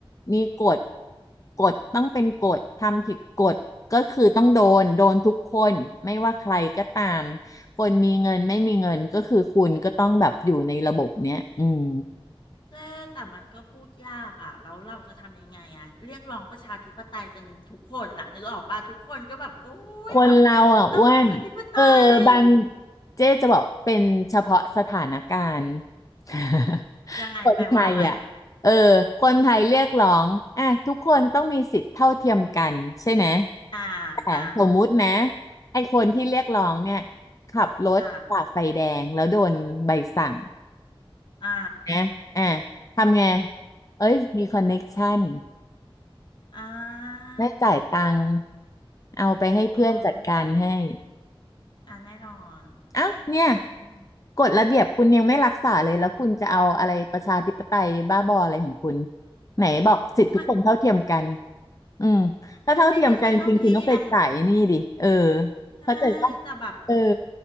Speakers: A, on the left (about 35°); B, on the left (about 55°).
A: มีกฎกฎต้องเป็นกฎทำผิดกฎก็คือต้องโดน โดนทุกคนไม่ว่าใครก็ตาม คนมีเงินไม่มีเงินก็คือคุณก็ต้องแบบอยู่ในระบบเนี้ยอืม
B: เจ๊แต่มันก็พูดยากอ่ะแล้วเราจะทำยังไงอ่ะเรียกร้องประชาธิปไตยกันทุกคนน่ะนึกออกป่ะทุกคนก็แบบโอ้ยแบบ
A: คนเราอ่ะอ้วนเออบาง
B: ต้องประชาธิปไตย
A: เจ๊จะบอกเป็นเฉพาะสถานการณ์ <laughs>
B: ยังไงแปลว่าอะไร
A: คนไทยอ่ะเออคนไทยเรียกร้องอ่ะทุกคนต้องมีสิทธิ์เท่าเทียมกันใช่ไหม
B: อ่า
A: แต่สมมุตินะ
B: อ่า
A: ไอ้คนที่เรียกร้องเนี่ยขับรถฝ่าไฟแดงแล้วโดนใบสั่ง
B: อ่าอ่า
A: นะอ่ะทำไงเอ้ยมีคอนเน็กชัน
B: อ่า
A: ไม่จ่ายตังค์เอาไปให้เพื่อนจัดการให้
B: อืมอ่าแน่นอน
A: เอ้าเนี่ย
B: อืม
A: กฎระเบียบคุณยังไม่รักษาเลยแล้วคุณจะเอาอะไรประชาธิปไตยบ้าบออะไรของคุณไหนบอกสิทธิทุกคนเท่าเทียมกัน
B: มัน
A: อืมถ้าเท่าเทียมกันจริงคุณต้องไปจ่ายไอ้นี่ดิเออ
B: มันไม่มีใครเท่าเทียมใช่
A: เข้าใจป่ะ
B: แต่แบบ
A: เออ